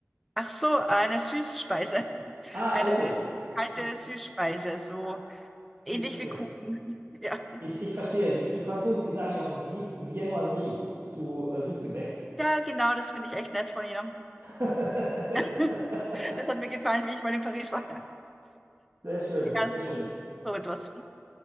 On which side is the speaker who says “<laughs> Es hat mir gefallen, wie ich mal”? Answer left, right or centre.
Centre